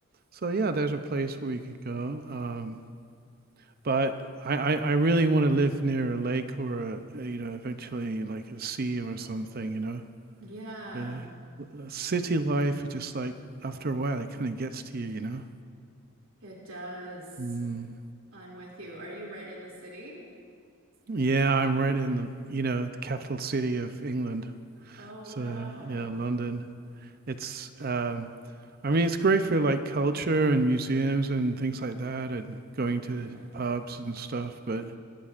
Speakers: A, on the right; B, on the right.
A: so yeah, there's a place where you could go. Um, but I, I, I really want to live near a lake or a, you know, eventually like a sea or something, you know.
B: Yeah.
A: The city life is just like after a while, it kind of gets to you, you know.
B: It does.
A: Mm.
B: I'm with you. Are you right in the city?
A: Yeah, I'm right in the, you know, the capital city of England.
B: Oh,
A: So
B: wow.
A: yeah, London. It's um I mean it's great for like culture and museums and things like that and going
B: Yeah.
A: to pubs and stuff, but